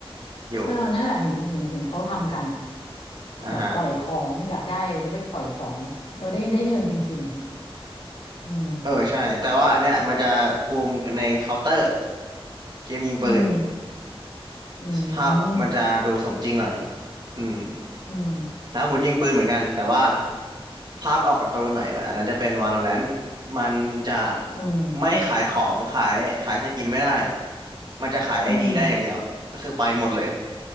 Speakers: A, on the right; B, on the left.
A: อยู่
B: เออนั่นแหละเห็นเห็นเห็นเขาทำกันอ่ะ
A: อ่ะฮะ
B: แบบปล่อยของอยากได้แล้วไปปล่อยของเราได้ได้เงินจริงๆอะนะอืม
A: เออใช่แต่ว่าอันเนี้ยมันจะบูมในเคาน์เตอร์เกมยิงปืน
B: อืมอื
A: ภาพมันจะดูสมจริงหน่อย
B: ม
A: อืม
B: อืม
A: ถ้าหมุนยิงปืนเหมือนกันแต่ว่าภาพออกการ์ตูนหน่อยอันนั้นจะเป็น Valorant มันจะ
B: อืม
A: ไม่ขายของขายขายสกินไม่ได้มันจะขายไอดีได้อย่างเดียวก็คือไปหมดเลย
B: อืม